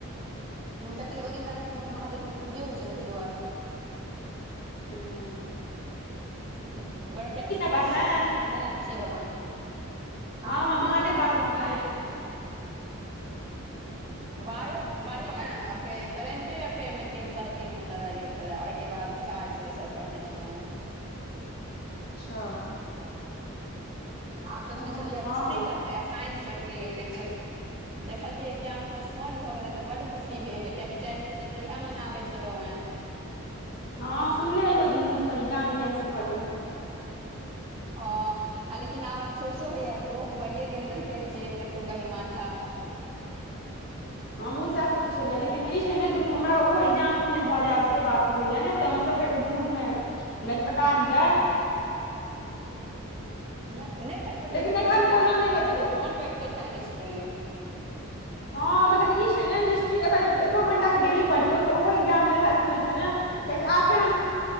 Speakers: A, on the right; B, on the left.
A: ह्म्म कियैकि ओइ दिन राइत मे महादेव के पूजे होइ छै ने, तहि दुआरे।
B: हूम्म।
A: बड़ कियैकि बियाह
B: पढ़ले
A: के राइत
B: हैं
A: मे होइ छै ने, शिव भगवान हाॅम
B: हँ हँ महादेव
A: किछु नहि
B: पार्वती
A: पढ़लौं
B: के
A: हें?
B: बियाह
A: बायो-बायो के ने, फेर करेंटे अफेर तीन साढ़े तीन घंटा लाइग गेल छलाऽ, ओइ के बाद बिहार स्पेशल पढ़ने छलौं हेँ।
B: अच्छा।
A: आब सोचने
B: हँ
A: छलियै
B: हँ
A: हिस्ट्री
B: हँ
A: पढ़बै आ साइंस पढ़ितियै लेकिन देखलियै एकग्जाम पोस्पोंड भऽ गेलै तऽ बड खुशी भेल, कियैकि चाइर दिनसँ तऽ इहै मनाबै छलौं हें।
B: हँ सुनने रहियौ ओइ दिन मुँह सॅ जे एग्जाम जे कैंसिल भऽ जाइ।
A: हँ, लेकिन आब अफसोसो होइये जे ओह भइये गेल रहितै त चेन रहितौं कनि माथा
B: हमहुँ सैऽह सोचै छलियै, लेकिन ई छै ने दुनू हमरा ओहो एग्जाम कहूँ नैय भऽ जाय, आब से बात। त होइयाऽ ने तऽ मतलब फेर ओ दुनू मे गजपटा ने जाय?
A: नै-नै गजपटेबैं,
B: लेकिन एखन
A: छोइड़ दियहिन
B: कोनो
A: हिस्ट्री
B: नहि हेतै
A: सब प, कोन पढ़िते छैं हिस्ट्री?
B: हँ, मतलब कि ई छै ने, हिस्ट्री एकर-एग-एको घंटाके डेली पढ़ियौ तऽ ओहो एग्जाम लेल हेल्पफुल छै ने कियैकि आठे नंब